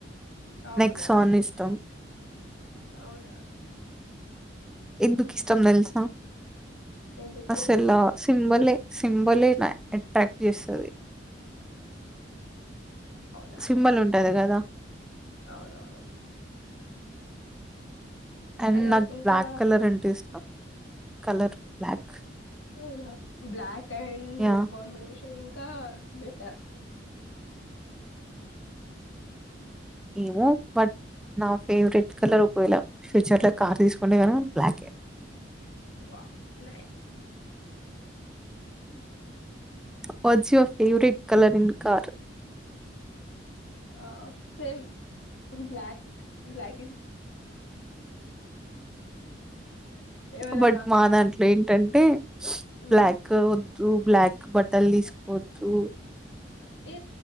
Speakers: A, on the left; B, in the centre.
A: అవునా
B: నెక్సాన్ ఇష్టం.
A: అవునా
B: ఎందుకు
A: మ్మ్.
B: ఇష్టం నల్సా
A: ఎందుకు
B: అస ఎలా సింబలే సింబలే అట్రాక్ట్ ఎస్ అది
A: అవునా
B: సింబల్ ఉంటది కదా
A: అవునవును
B: అండ్
A: కలర్స్
B: నాకు
A: ఇంకా
B: బ్లాక్ కలర్ అంటే ఇస్తాం కలర్ బ్లక్
A: అవునా బ్లాక్ డ్
B: యాహ్!
A: రెడ్ కంబినషన్ కా బెటర్
B: ఏమో బట్ నా ఫేవరెట్ కలర్ ఒకవేళ ఫ్యూచర్ లో కార్ తీసుకుంటే కను బ్లాకే
A: వా న
B: పజివ సూర కలరన్ కారు
A: ఆ స బ్లక్ బ్లక్ ఎవరా
B: బట్ మా దాంట్లో ఏంటంటే
A: మ్మ్
B: బ్లాక్ బ్లాక్ బట్టల్ దీసుకోవద్దు
A: ఏ